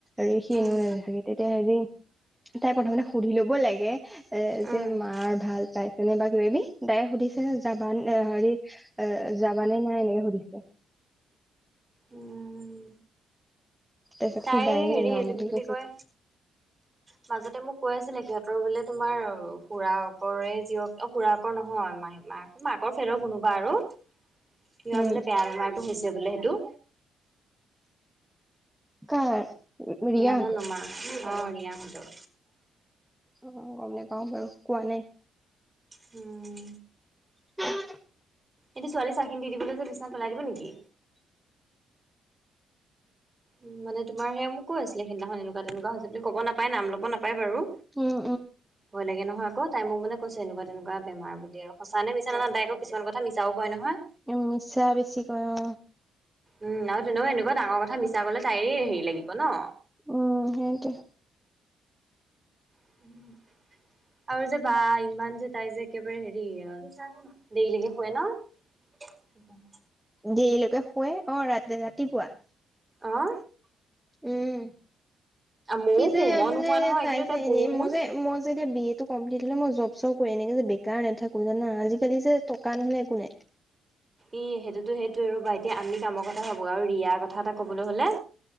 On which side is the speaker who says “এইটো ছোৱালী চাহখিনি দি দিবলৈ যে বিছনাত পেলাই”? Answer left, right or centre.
Right